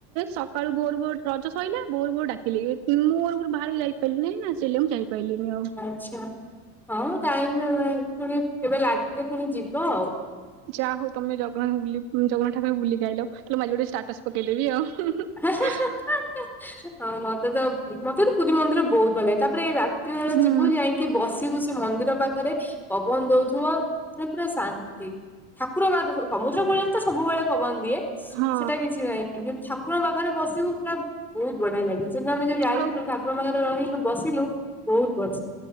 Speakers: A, on the right (about 75°); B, in the centre.
A: ସକାଳୁ ଭୋର ଭୋର ରଜ ସଇଲା ଭୋର ଭୋର ଡାକିଲି ମୁଁ ଭୋର ଭୋ ବାହାରି ଯାଇ ପାଇଲିନି ସେଇ ଯୋଗୁ ମୁଁ ଯାଇପାରଲିନି ଆଉ।
B: ଆଛା ହଉ ଟାଇମ ପୁଣି କେବେ ଲାଗିଲେ ପୁଣି ଯିବ ଆଉ
A: ଯାହା ହୋଉ ତମେ ଜଗନ୍ନା ବୁଲି ଜଗନ୍ନାଥ ଠକୁଙ୍କୁ ବୁଲି କି ଆଇଲ। ତାହାଲେ ମୁଁ ଆଜି ଗୋଟେ ଗୋଟେ ଷ୍ଟାର୍ଟସ ପକେଇଦେବି ଆଉ।
B: ହଁ ହଁ ମତେ ତ ମତେ ତ ପୁରୀ ମନ୍ଦିର ବହୁତ ଭଲ ଲାଗେ ତାପରେ ଏଇ ରାତି ବେଳେ
A: ହୁଁ
B: ଯିବୁ ଯାଇ କି ବସିିବୁ ସେ ମନ୍ଦିର ପାଖରେ ପବନ ଦୋଉଥିବ ଉଁ ପୁରା ଶାନ୍ତି। ଠାକୁର ମାଦ ସମୁଦ୍ର କୂଳରେ ତ ସବୁବେଳେ ପବନ ଦିଏ
A: ହଁ
B: ସେଟା କିଛି ନାହିଁ ଠାକୁର ପାଖରେ ବସିବୁ ପା ବହୁ ବଢିଆ ଲାଗେ ସେ ଆମେ ଯୋଉ ଯାଇଥିଲୁ
A: ଆଉ
B: ଠାକୁର ଙ୍କ ରହିଲୁ ବସିଲୁ ବହୁତ ବର୍ଷ